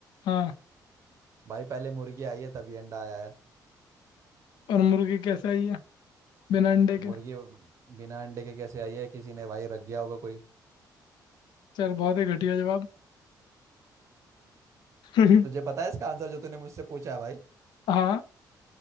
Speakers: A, on the left; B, on the right.
A: हाँ
B: भाई पहले मुर्गी आई है तभी अंडा आया है
A: और मुर्गी कैसे आई है बिना अंडे के
B: मुर्गी बिना अंडे के कैसे आई है किसी ने भाई रख गया होगा कोई
A: चल बहुत ही घटिया जवाब <laughs>
B: तुझे पता है इसका आंसर जो तूने मुझसे पूछा है भाई
A: हाँ